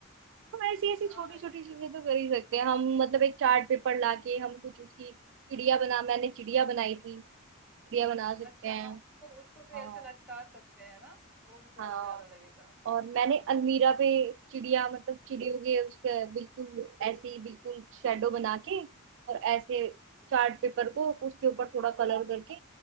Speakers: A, on the right (about 60°); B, in the centre.
A: हम ऐसी ऐसी
B: हाँ
A: छोटी छोटी
B: ये तो
A: चीजें
B: है।
A: तो कर ही सकते हैं हम मतलब एक चार्ट पेपर लाके हम कुछ उसकी चिड़िया बना मैंने चिड़िया बनाई थी चिड़िया बना सकते
B: अच्छा
A: हैं
B: हाँ उसको उसको भी
A: हाँ
B: ऐसे लटका सकते हैं ना वो भी
A: हाँ
B: बहुत प्यारा लगेगा
A: और मैंने अलमीरा पे चिड़िया मतलब चिड़ियों के उसके बिल्कुल ऐसे ही बिल्कुल शेडो बना के और ऐसे
B: हम्म
A: चार्ट पेपर को उसके ऊपर थोड़ा कलर करके